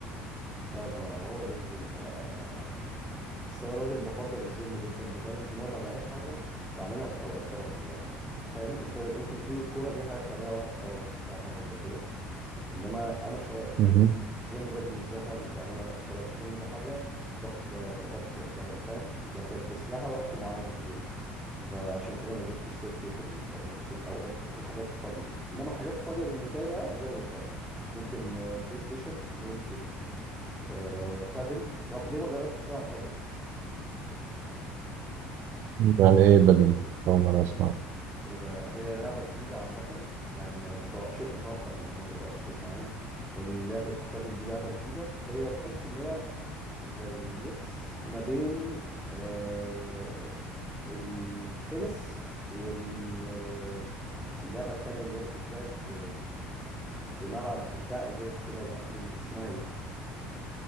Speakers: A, in the centre; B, on the right.
A: لا ما هو ده الجيم يا محمد أصل أنا راجل بفضل الجيم جدا لدرجة إن هو ما بقاش حاجة بعملها في أوقات فراغي يعني فاهم أنت أنت بتقول الكورة دي حاجة بتعملها وقت فراغك بتاع حاجات زي كده انما انا شغ...
B: مهم.
A: الجيم ده بالنسبه لي حاجه مش بعملها وقت فراغ الجيم ده حاجه بق... ب... بكد... ب... فاهم بكدس لها وقت معين في اليوم فعشان كده ما جبتش سيرته في ال... في الاوقات في الحاجات الفاضيه انما الحاجات الفاضيه بالنسبه لي بقى زي ما قلت لك ممكن آه، بلاي ستيشن ممكن آه، بادل طب ليه ما جربتش تلعب بادل
B: يعني ايه بدل أول مرة أسمع
A: ايه ده هي لعبه جديده عامه يعني متو... شيء متوقع انك ما تبقاش تسمع عنها لان لعبه البادل دي لعبه جديده هي تحس ان هي زي ميكس ما بين آه التنس واللعبة التانية اللي هي بتتلعب في في ملعب في بتاع ازاز كده ومقفول اسمها ايه